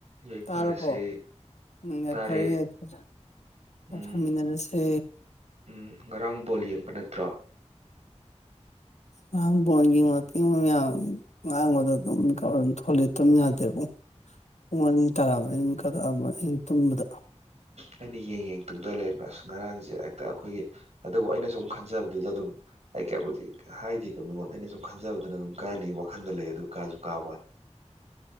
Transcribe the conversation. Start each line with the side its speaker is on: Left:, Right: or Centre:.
Right: ꯌꯥꯏꯐꯔꯁꯦ
Left: ꯇꯥꯔꯕꯣ ꯎꯝ ꯌꯥꯏꯐꯔꯦ
Right: ꯇꯥꯔꯦ
Left: ꯌꯥꯏꯐꯔꯦ
Right: ꯎꯝ
Left: ꯌꯥꯏꯐꯃꯤꯟꯅꯔꯁꯦ
Right: ꯎꯝ ꯉꯔꯥꯡ ꯕꯣꯜ ꯌꯦꯡꯕ ꯅꯠꯇ꯭ꯔꯣ
Left: ꯉꯔꯥꯡ ꯕꯜꯣ ꯌꯦꯡꯕ ꯇꯦꯡꯕ ꯃꯌꯥꯝ ꯉꯥꯡꯕꯗ ꯑꯗꯨꯝ ꯃꯤꯀꯥꯞ ꯑꯗꯨꯝ ꯊꯣꯛꯂꯑꯦ ꯇꯨꯝ ꯌꯥꯗꯦꯕꯨꯡ ꯄꯨꯡ ꯑꯅꯤ ꯇꯥꯔꯃꯅꯤ ꯑꯩ ꯃꯤꯀꯠ ꯑꯃ ꯑꯩ ꯇꯨꯝꯕꯗ
Right: ꯑꯩꯟ ꯗꯤ ꯌꯦꯡ ꯌꯦꯡ ꯇꯨꯝꯗ ꯂꯩꯔꯝꯃꯦ ꯑꯁ ꯉꯔꯥꯡꯖꯦ ꯍꯦꯛꯇ ꯑꯈꯣꯏꯒꯤ ꯑꯗꯨꯕꯨ ꯑꯩꯅ ꯁꯨꯝ ꯈꯟꯖꯕꯗꯨꯗ ꯑꯗꯨꯝ ꯑꯩ ꯀꯩꯌꯝꯕꯨꯗꯤ ꯍꯥꯏꯗ‌ꯦꯀꯣ ꯃꯤꯉꯣꯟꯗ ꯑꯩꯅ ꯁꯨꯝ ꯈꯟꯖꯕꯗꯨꯅ ꯑꯗꯨꯝ ꯀꯥꯅꯤ ꯋꯥꯈꯟꯗ ꯂꯩ ꯑꯗꯨ ꯀꯥꯖꯨ ꯀꯥꯕꯋꯥꯟ